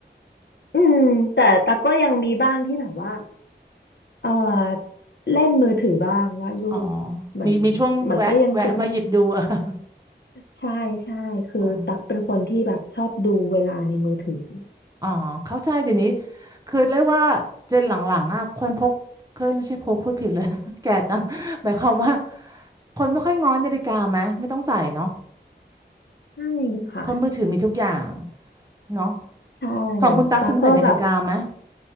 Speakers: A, on the left (about 70°); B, on the right (about 20°).
A: อืมแต่ตักก็ยังมีบ้างที่แบบว่าเออเล่นมือถือบ้างวาดรูป
B: อ๋อ
A: มัน
B: มีมีช่วงแวะแวะมาหยิบดู
A: มันก็ยังติด
B: <laughs> อะค่ะ
A: ใช่ใช่คือตักเป็นคนที่แบบชอบดูเวลาในมือถือ
B: อ๋ออ๋อเข้าใจเดี๋ยวนี้คือเรียกว่าเจนหลังๆอะคนพก เคยไม่ใช่พกพูดผิดเลย <laughs> แก่จังหมายความว่าคนไม่ค่อยง้อนาฬิกาไหมไม่ต้องใส่เนาะ
A: ใช่ค่ะ
B: เพราะมือถือมีทุกอย่างเนาะ
A: ใช่
B: ของคุณตั๊กซึ่งใส่นาฬิกาไหม
A: ตักก็แบบ